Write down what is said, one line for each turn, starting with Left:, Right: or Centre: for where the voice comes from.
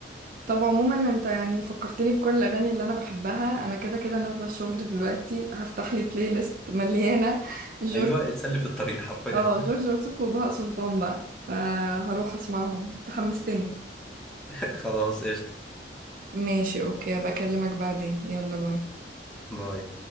Right: طب عموما انت يعني فكرتني بكل الاغاني اللي انا بحبها انا كده كده نازله الشغل دلوقتي هفتح لي بلاي ليست مليانه جورج
Centre: ايوه اتسلي في الطريق حرفيا
Right: اه جورج وسوف وبهاء سلطان بقى فهروح اسمعهم تحمستني
Centre: <laughs> خلاص قشطه
Right: ماشي اوكي بكلمك بعدين يلا باي
Centre: باي